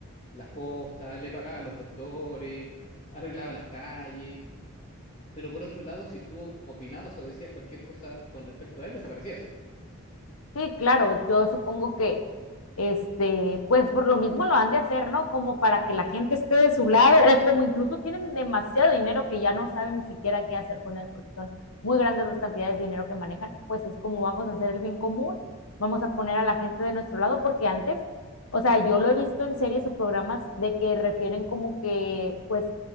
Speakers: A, on the left; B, on the left.
A: las postas, le pagaba a los doctores, arreglaba las calles. Pero por otro lado, si tú opinabas o decías cualquier cosa con respecto a él, desaparecías.
B: Sí, claro, yo supongo que, este, pues por lo mismo lo han de hacer, ¿no? Como para que la gente esté de su lado o como incluso tienen demasiado dinero que ya no saben ni siquiera qué hacer con él porque son muy grandes las cantidades de dinero que manejan, pues es como vamos a hacer el bien común, vamos a poner a la gente de nuestro lado porque antes, o sea, yo lo he visto en series o programas de que refieren como que, pues,